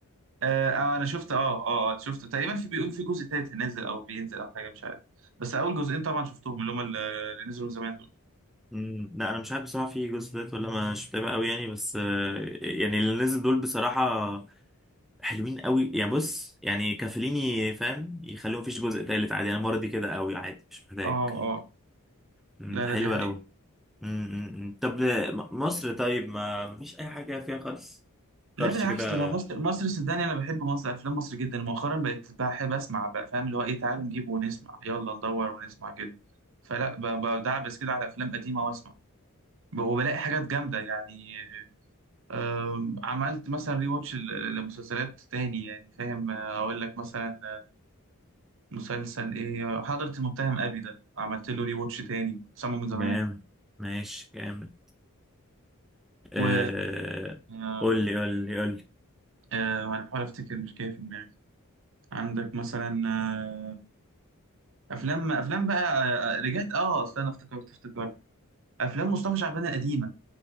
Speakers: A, on the right; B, in the centre.
A: آه آه، انا شفت اه اه آه، شفت تقريبا في بيقول في جزء تالت هينزل او بينزل او حاجه مش عارف بس اول جزئين طبعا شفتهم اللي هم اللي اللي نزلوا من زمان دول
B: امم لا انا مش عارف بصراحه في جزء تالت ولا ما مش متابع قوي يعني بس آه، يعني اللي نزل دول بصراحه حلوين قوي يعني بص يعني كافليني فاهم يخليهم مفيش جزء تالت عادي انا مرضي كده قوي عادي مش محتاج
A: اه اه
B: مم،
A: لا
B: حلوه
A: لا دي حقيقه
B: قوي امم أمم. طب م- مصر طيب ما مفيش اي حاجه فيها خالص
A: لا
B: كرش
A: بالعكس
B: كده
A: ده مصر مصر صدقني انا بحب مصر افلام مصر جدا مؤخرا بقيت بحب اسمع بقى فاهم اللي هو ايه تعالوا نجيبه ونسمع يلا ندور ونسمع كده فلا ب- بدعبس كده على افلام قديمه واسمع وبلاقي حاجات جامده يعني آم، عملت مثلا ري واتش لمسلسلات تاني يعني فاهم آه، اقول لك مثلا مسلسل ايه حضرة المتهم ابي ده عملت له ري واتش تاني سامه من زمان
B: جامد ماشي جامد آه...
A: و آه،
B: قول لي قول لي قول لي
A: آه، انا بحاول افتكر مش جاي في دماغي عندك مثلا آه، افلام افلام بقى آه، آه، رجعت اه اصل انا افتكرت افتكرت افلام مصطفى شعبان القديمه